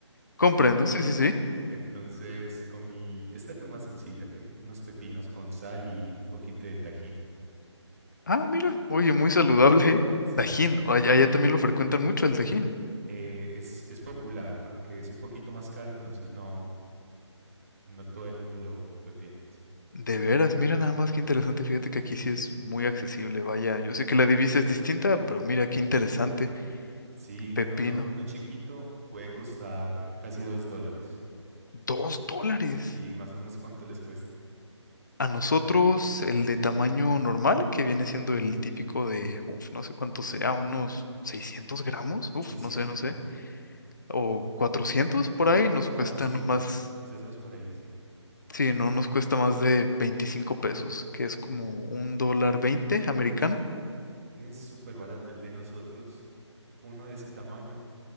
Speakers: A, on the left; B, on the right.
A: Comprendo,
B: <laughs>
A: sí, sí, sí.
B: Entonces comí, esta fue más sencilla, que unos pepinos con sal y un poquito de tajín.
A: Ah, mira, oye, muy saludable. ¿eh?
B: Sí,
A: Tajín,
B: sí,
A: allá, allá también lo frecuentan mucho el tajín.
B: Eh, es, es popular, aunque es un poquito más caro, entonces no, no todo el mundo lo, lo tiene. Sí.
A: De veras, mira nada más qué interesante. Fíjate que aquí sí es muy accesible. Vaya, yo sé que la divisa es distinta, pero mira qué interesante.
B: sí,
A: Pepino,
B: mira, uno, uno chiquito puede costar casi 2 dólares.
A: dos dólares.
B: Sí, más o menos cuánto les cuesta.
A: A nosotros el de tamaño normal, que viene siendo el típico de, uf, no sé cuánto sea, unos 600 gramos, uf,
B: seiscientos
A: no sé, no sé,
B: wow. Sí.
A: o 400 por ahí, nos
B: Ah,
A: cuesta
B: bueno, sí,
A: no más,
B: quizás más por ahí, sí.
A: sí, no nos cuesta más de 25 pesos, que es como un dólar
B: ¿Qué?
A: veinte americano.
B: Que es súper barato el de nosotros. Uno de ese tamaño,